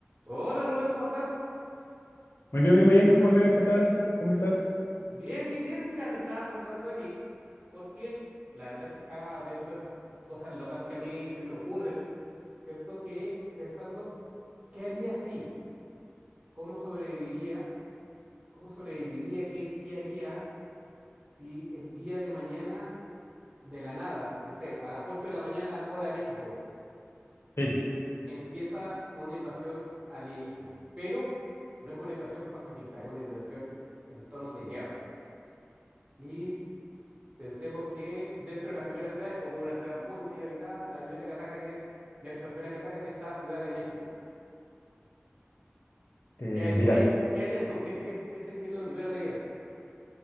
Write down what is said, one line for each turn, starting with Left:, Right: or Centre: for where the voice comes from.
Right: Hola Rubén, ¿cómo estás?
Left: Muy bien, muy bien, José, ¿qué tal? ¿Cómo estás?
Right: Bien, bien, bien. Mira, me estaba acordando de ti porque la verdad es que estaba dentro de estas cosas locas que a mí se me ocurren, ¿cierto? Que pensando, ¿qué haría si? ¿Cómo sobreviviría? ¿Cómo sobreviviría? ¿Qué, qué haría si el día de mañana, de la nada, no sé, a las 8 de la mañana, hora México,
Left: Sí,
Right: empieza una invasión alienígena? Pero no es una invasión pacifista, es una invasión en tonos de guerra. Y Pensemos que dentro de las primeras ciudades, como una ciudad muy, muy habitada, la primera que atacan es, dentro de las primeras que atacan está Ciudad de México.
Left: este,
Right: ¿Qué, harí-
Left: mira,
Right: qué- qué harías tú? ¿Qué, qué, qué, qué es lo primero que harías?